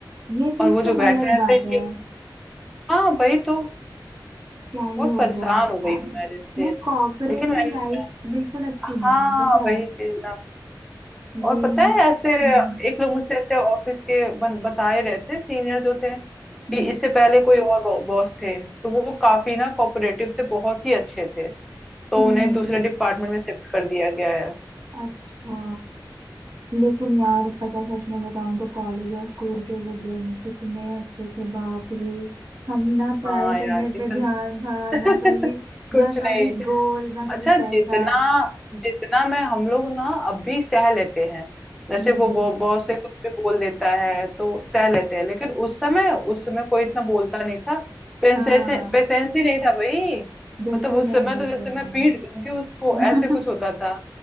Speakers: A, on the right (about 55°); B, in the centre.
A: ये चीज
B: और वो
A: तो
B: जो बैठे
A: गलत
B: रहते
A: बात है
B: हैं हाँ वही तो
A: क्या ही
B: बहुत
A: हो
B: परेशान
A: गया है पता
B: हो गई
A: नहीं
B: हूँ मैं इससे
A: ये कॉर्पोरेट
B: लेकिन मैंने
A: की लाइफ बिल्कुल अच्छी
B: हाँ
A: नहीं है पता
B: वही
A: है
B: चीज ना
A: ये
B: और पता
A: हाँ
B: है ऐसे
A: हम्म
B: एक लोग मुझसे ऐसे ऑफिस के बन, बताए रहे थे सीनियर जो थे कि
A: हम्म
B: इससे पहले कोई और बॉस थे तो वो काफी ना कोऑपरेटिव थे बहुत ही अच्छे थे तो
A: हम्म
B: उन्हें दूसरे डिपार्टमेंट में शिफ्ट कर दिया गया है
A: अच्छा लेकिन यार पता है सच में बताऊं तो कॉलेज और स्कूल के वो दिन कितने अच्छे थे बाप रे हम ना पढ़ाई
B: हाँ यार
A: करने
B: इतना
A: पे ध्यान था ना
B: <laughs>
A: कभी
B: कुछ
A: ना
B: नहीं
A: कभी गोल ना कभी
B: अच्छा जितना
A: पैसा
B: जितना मैं हम लोग ना अभी सह लेते हैं जैसे
A: हम्म
B: वो बॉ- बॉस से कुछ भी बोल देता है तो सह लेते हैं लेकिन उस समय उस समय कोई इतना बोलता नहीं था पेशेंस
A: हाँ
B: पेशेंस ही नहीं था भाई
A: बिल्कुल
B: मतलब उस
A: नहीं
B: समय
A: बिल्कुल
B: तो जैसे
A: नहीं
B: मैं पीट दूंगी उसको
A: <laughs>
B: ऐसे कुछ होता था